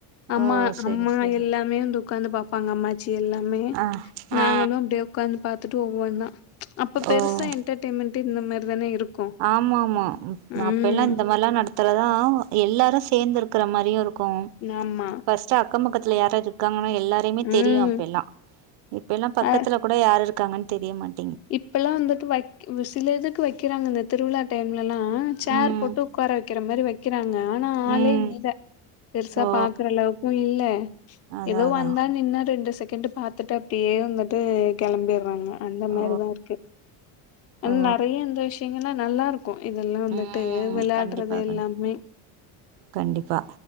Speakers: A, on the left; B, on the right.
A: அம்மா
B: ஓ செரி
A: அம்மா
B: செரி
A: எல்லாமே வந்து உக்காந்து பாப்பா பாங்க அம்மாச்சி எல்லாமே
B: ஆ
A: நாங்களு
B: ஆ
A: அப்டியே உக்காந்து பாத் டு ஒவ்வொன்னா அப்ப பெருசா
B: ஓ
A: என்டர்டெய்மெண்ட் இந்த மாரி தானே இருக்கு
B: ஆமாமா
A: ம்
B: அப்பயல்லா இந்த மாரிலா நடத்துறதா எல்லாரு சேந்திருக்கிற மாரியு இருக் க்கு
A: ஆமா
B: ஃபர்ஸ்ட் அக்கம் பக்கத்துல யார் யார் இருக்காங்கன்னு எல்லாரையுமே
A: ம்
B: தெரியு அப்பய்லா இப்பெல்லா பக்கத்துல
A: அ
B: கூட யாரு இருக்காங்கன் தெரிய மாட்
A: இப்பல்லா வந்துட்டு வக் சில இதுக்கு வக்கிறாங்க இந்த திருவிழா டைம் பல்லா சேர்
B: ம்
A: போட்டு உக்கார வெக்கிற மாரி வெக்கிறாங்க ஆனா
B: ம்
A: ஆளே இல்ல பெருசா
B: ஓ
A: பாக்குற அளவுக்கு இல்ல
B: அதா
A: எதோ
B: அதா
A: வந்த நின்ன ரெண்டு செ கண்டு பாத்துட்டு அப்டியே வந்துட்டு கெளம்பிர்றாங்க இந்த மாரிதா
B: ஓ
A: இருக்கு ஆன
B: ஓ
A: நறைய இந்த விஷயங்கள்லா நல்லா இருக் க்கு இதெல்லா வந்துட்டு
B: ம்
A: விளாடறது
B: கண்டிப்பா
A: எல்லாமே
B: கண் கண்டிப்பா